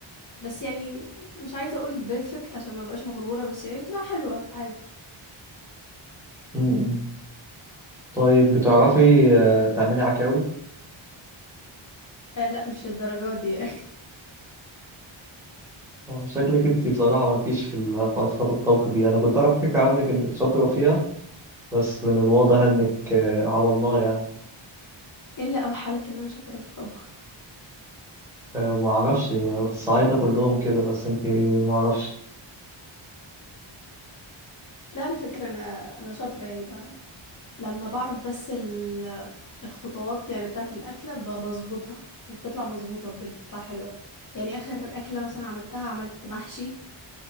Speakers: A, on the left (about 40°); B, in the centre.
A: بس يعني مش عايزة اقول بيرفكت عشان ما بقاش مغرورة بس يعني بتبقى حلوة عادي
B: م-م. طيب بتعرفي آه، تعملي عكاوي؟
A: آه لا مش للدرجات دي يعني
B: آه، شكلك أنت بصراحة مالكيش في الحوارات بتاعت الطبخ دي أنا كنت أعرف فكرة عنك إنك شاطرة فيها بس من الواضح إنك آه، على الله يعني
A: <laughs> الا اوحالك ان انا شاطرة في الطبخ
B: آه، معرفش الصعايدة كلهم كده بس أنت معرفش
A: لا على فكرة انا انا شاطرة يعني بقى لما بعرف بس ال... الخطوات يعني بتاعة الأكلة ب- بظبطها فبتطلع مظبوطة بجد بتطلع حلوة يعني آخر أكلة مثلا عملتها عملت محشي